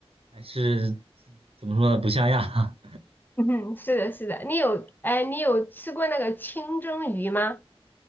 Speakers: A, on the right (about 65°); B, on the left (about 20°).
A: 还是怎么说呢？不像样。
B: 嗯，是的，是的，你有哎，你有吃过那个清蒸鱼吗？